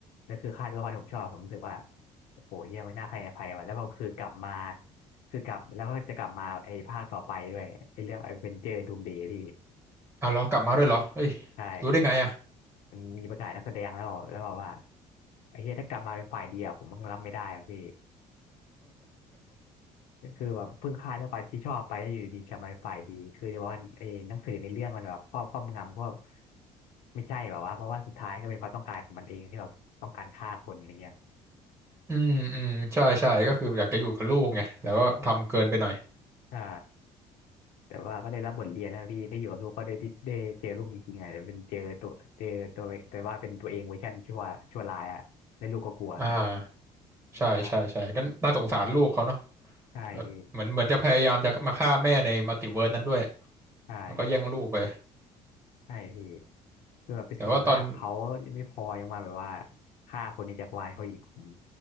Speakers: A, on the left; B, on the right.
A: นั่นคือค่ายตัวละครที่ผมชอบผมรู้สึกว่าโอ้โหเฮียไม่น่าใครอภัยว่ะแล้วก็คือกลับมาคือกลับแล้วก็จะกลับมาไอ้ภาคต่อไปด้วยไอ้เรื่องไอ้เวนเจอร์ดูมเดย์พี่
B: อ้าวเหรอกลับมาด้วยเหรอเฮ้ย
A: ใช่
B: รู้ได้ไงอ่ะ
A: มันมีประกาศนักแสดงแล้วแล้วบอกว่าไอ้เฮียถ้ากลับมาเป็นฝ่ายดีอะผมมันรับไม่ได้อะพี่ก็คือแบบเพิ่งค่ายตัวละครที่ชอบไปแล้วอยู่ดีๆกลับมาเป็นฝ่ายดีคือเดี๋ยวว่าไอ้หนังสือในเรื่องมันแบบครอบครอบงำกบไม่ใช่แบบว่าเพราะว่าสุดท้ายก็เป็นความต้องการของมันเองที่แบบต้องการฆ่าคนอะไรเงี้ย
B: อืมอืมใช่ใช่ก็คืออยากจะอยู่กับลูกไงแล้วก็ทำเกินไปหน่อย
A: ใช่ แต่ว่าก็ได้รับบทเรียนนะพี่ได้อยู่กับลูกก็ได้ได้ได้เจอลูกจริงๆอ่ะแต่เป็นเจอตัวเจอตัวแต่ว่าเป็นตัวเองเวอร์ชันชั่วชั่วร้ายอ่ะแล้วลูกก็กลัว
B: อ่าใช่ใช่ใช่ก็น่าสงสารลูกเขาเนาะ
A: ใช่ใช่พี่
B: แบบเหมือนเหมือนจะพยายามจะมาฆ่าแม่ในมัลติเวิร์สนั้นด้วย
A: ใช่
B: แล้วก็แย่งลูกไป
A: ใช่พี่คือแบบไปสิงร่างเขาไม่พอยังมาแบบว่า
B: แต่ว่าตอน
A: ฆ่าคนในจักรวาลเขาอีกผม